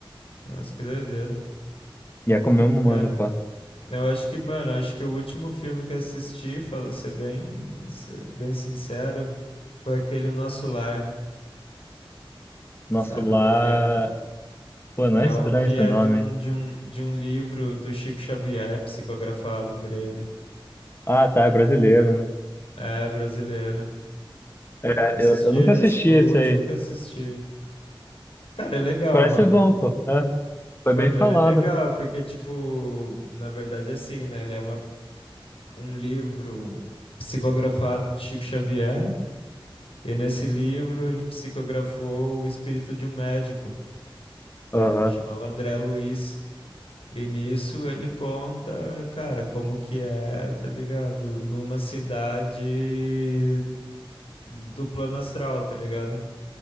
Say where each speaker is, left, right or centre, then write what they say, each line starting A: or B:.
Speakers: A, on the left; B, on the left.
A: Nossa, que doideira.
B: E é como um humano,
A: É.
B: pá.
A: Eu acho que, mano, acho que o último filme que eu assisti, fala, ser bem, ser bem sincero, foi aquele O Nosso Lar.
B: Nosso
A: Sabe
B: lar.
A: qual que é, mano?
B: Pô, não
A: Que
B: é
A: é
B: estranho
A: um que
B: esse
A: é
B: nome.
A: de um, de um, de um livro do Chico Xavier, psicografado por ele.
B: Ah, tá, é brasileiro, né?
A: É brasileiro.
B: É,
A: Assisti
B: eu, eu nunca
A: esse,
B: assisti
A: foi
B: esse
A: o último
B: aí.
A: que assisti. Cara, é legal,
B: Parece
A: mano.
B: ser bom, pô. É, foi
A: Mano,
B: bem falado.
A: ele é legal, porque, tipo, na verdade, é assim, né? Ele é uma, um livro psicografado de Chico Xavier. E nesse livro ele psicografou o espírito de um médico,
B: Aham,
A: eh, que chamava André Luiz. E nisso ele conta, cara, como que é, tá ligado? Numa cidade do plano astral, tá ligado?